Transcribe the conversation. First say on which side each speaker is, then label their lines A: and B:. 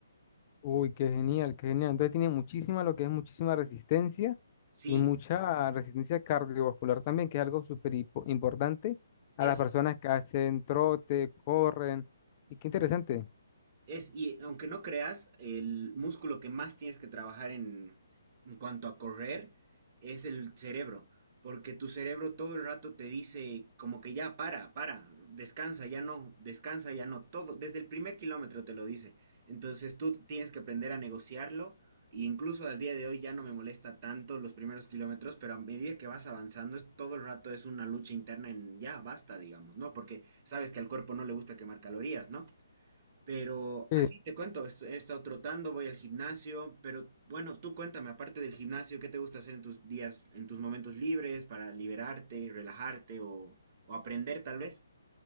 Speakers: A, on the left; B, on the right.
A: Uy, qué genial, qué genial. Entonces tiene muchísima, lo que es muchísima resistencia
B: Sí,
A: y mucha resistencia cardiovascular también, que es algo súper hipo- importante a
B: es
A: las personas que hacen trote, corren. Y qué interesante.
B: Es, y aunque no creas, el músculo que más tienes que trabajar en, en cuanto a correr es el cerebro, porque tu cerebro todo el rato te dice como que ya para, para, descansa, ya no, descansa, ya no, todo, desde el primer kilómetro te lo dice. Entonces tú tienes que aprender a negociarlo. E incluso al día de hoy ya no me molesta tanto los primeros kilómetros, pero a medida que vas avanzando, es- todo el rato es una lucha interna en ya basta, digamos, ¿no? Porque sabes que al cuerpo no le gusta quemar calorías, ¿no? Pero
A: Sí,
B: así te cuento, est- he estado trotando, voy al gimnasio, pero bueno, tú cuéntame, aparte del gimnasio, ¿qué te gusta hacer en tus días, en tus momentos libres para liberarte, relajarte o, o aprender tal vez?